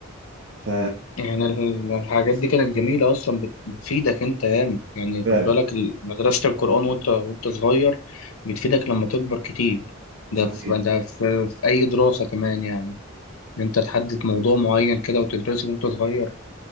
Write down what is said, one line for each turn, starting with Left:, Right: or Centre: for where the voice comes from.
Right: ف
Left: يعني ال- الحاجات دي كانت جميلة أصلا بت- بتفيدك أنت ياما يعني
Right: فعلا
Left: خد بالك ال- مدرسة القرآن وأنت وأنت صغير بتفيدك لما تكبر كتير ده
Right: صحيح
Left: في ده في, في أي دراسة كمان يعني إن أنت تحدد موضوع معين كده وتدرسه وأنت صغير